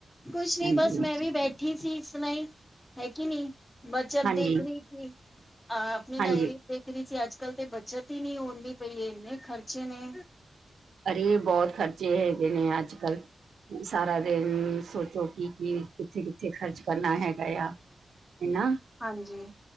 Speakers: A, on the left; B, on the right.
A: ਕੁਛ ਨੀ
B: ਹਾਂਜੀ
A: ਬਸ ਮੈਂ ਵੀ ਬੈਠੀ ਸੀ ਇਸ ਤਰਹ ਹੀ, ਹੈ ਕੀ ਨੀ ਬੱਚਤ
B: ਹਾਂਜੀ
A: ਦੇਖ ਰਹੀ ਸੀ ਅ ਆਪਣੀ ਡਾਇਰੀ
B: ਹਾਂਜੀ
A: ਤੇ ਅੱਜ ਕੱਲ ਤੇ ਬਚਤ ਹੀ ਨਹੀਂ ਹੁੰਦੀ ਦੀ ਪਈ ਏ, ਇੰਨੇ ਖਰਚੇ ਨੇ
B: ਅਰੇ ਬਹੁਤ ਖਰਚੇ ਹੈਗੇ ਨੇ ਅੱਜ ਕੱਲ੍ਹ ਸਾਰਾ ਦਿਨ ਸੋਚੋ ਕਿ ਕੀ ਕਿੱਥੇ ਕਿੱਥੇ ਖਰਚ ਕਰਨਾ ਹੈਗਾ ਆ ਇਹਨਾ
A: ਹਾਂਜੀ